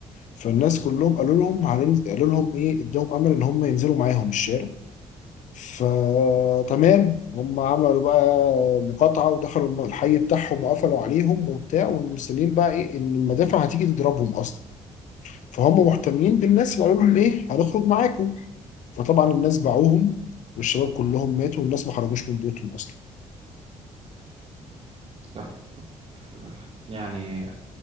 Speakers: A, on the left (about 70°); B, on the right (about 50°).
A: فالناس كلهم قالوا لهم هننز- قالوا لهم ايه ادهم امل ان هم ينزلوا معاهم الشارع فتمام هم عملوا بقى مقاطعة ودخلوا الحي بتاعهم وقفلوا عليهم وبتاع والمسلمين بقى ايه ان المدافع هتيجي تضربهم اصلا فهم محتمين بالناس اللي قالوا لهم ايه هنخرج معاكم فطبعا الناس باعوهم والشباب كلهم ماتوا والناس ما خرجوش من بيوتهم اصلا
B: طب كنت يعني